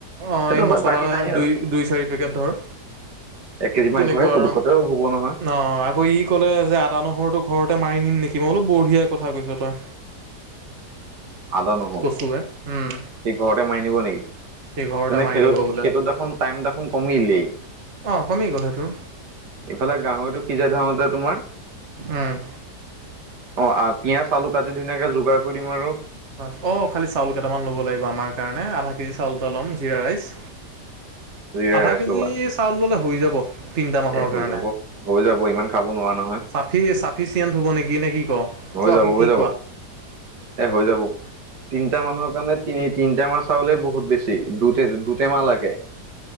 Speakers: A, on the right (about 45°); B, on the right (about 80°).
A: অ
B: সেইটো
A: এই
B: হয়
A: মছলা
B: বাকী নাই আৰু
A: দুই দুই চাৰি পেকেট ধৰ
B: এক কেজি মাংসহে
A: তেনেকুৱা
B: পুটুকতেও
A: আৰু।
B: হ'ব নহয়
A: ন আকৌ ই ক'লে যে আদা নহৰুটো ঘৰতে মাৰি নিম নেকি। মই বোলো বঢ়িয়া কথা কৈছো তই।
B: আদা নহৰুটো,
A: কচুৱে উম
B: সি ঘৰতে মাৰি নিব নেকি?
A: সি ঘৰতে
B: তেনে
A: মাৰি
B: সেইটো
A: নিব
B: সেইটো
A: বোলে
B: দেখোন টাইম দেখোন কমিলেই।
A: অ কমি গ'ল সেইটো।
B: ইফালে গাহৰিটো সিজাই থোতে তোমাৰ
A: উম
B: অ পিয়াজ আলু কাটি ধুনীয়াকে যোগাৰ কৰি দিম আৰু
A: মা অঁ খালি চাউল কেইটামান ল'ব লাগিব আমাৰ কাৰণে আধা কেজি চাউল এটা ল'ম জিৰা ৰাইচ
B: <inaudible>
A: আধা
B: ৰাইচ
A: কেজি
B: ল'বা
A: চাউল ল'লে হৈ যাব তিনিটা মানুহৰ
B: এ হৈ
A: কাৰণে
B: যাব হৈ যাব ইমান খাব নোৱাৰা নহয়।
A: সি চাফিচিয়েণ্ট হ'ব নিকি নে কি ক?
B: হৈ
A: কোৱা
B: যাব
A: কি
B: হৈ
A: কি
B: যাব
A: কোৱা
B: এ হৈ যাব তিনটা মানুহৰ কাৰণে তিনি তিনিটা মাছ চাউলে বহুত বেছি দুটে-দুটেমা লাগে।